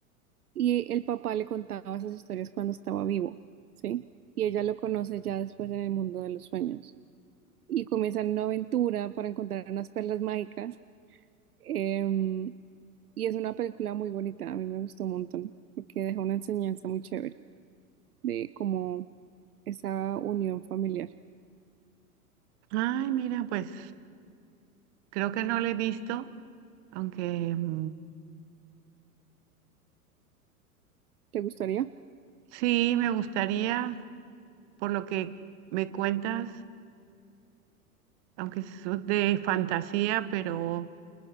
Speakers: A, on the right (about 75°); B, on the right (about 50°).
A: y el papá le contaba esas historias cuando estaba vivo, ¿sí? Y ella lo conoce ya después en el mundo de los sueños y comienzan una aventura para encontrar unas perlas mágicas em, y es una película muy bonita, a mí me gustó un montón porque deja una enseñanza muy chévere de cómo esa unión familiar.
B: Ay, mira, pues creo que no lo he visto, aunque mm,
A: ¿Te gustaría?
B: sí me gustaría, por lo que me cuentas, aunque es de fantasía, pero